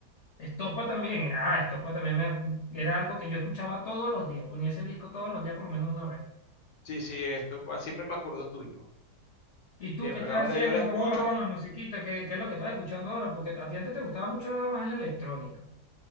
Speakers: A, on the left; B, on the left.
A: Estopa también, ah, Estopa también me- era algo que yo escuchaba todos los días, ponía ese disco todos los días por lo menos una vez.
B: Sí, sí, esto, pa. Siempre me acuerdo tuyo.
A: ¿Y tú
B: Siempre,
A: qué estás
B: cada donde
A: haciendo?
B: yo la escucho,
A: ¿Cómo vas con la musiquita? ¿Qué, qué es lo que estás escuchando ahora? Porque a ti antes te gustaba mucho era más la electrónica.